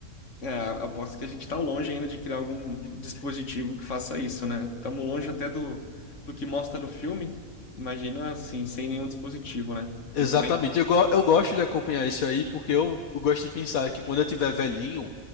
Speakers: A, on the left; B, on the left.
A: É, aposto que a gente está longe ainda de criar algum dispositivo que faça isso, né? Estamos longe até do, do que mostra no filme. Imagina assim, sem nenhum dispositivo, né?
B: Exatamente.
A: Entrar
B: Eu, go- eu gosto de acompanhar isso aí porque eu gosto de pensar que quando eu tiver velhinho,